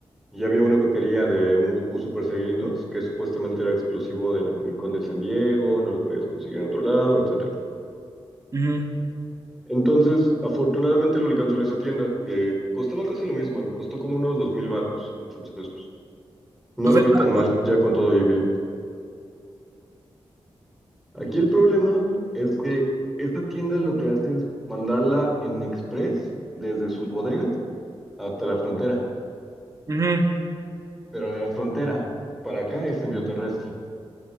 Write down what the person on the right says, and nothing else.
Ujú.
Pues
esta,
pues,
ujú.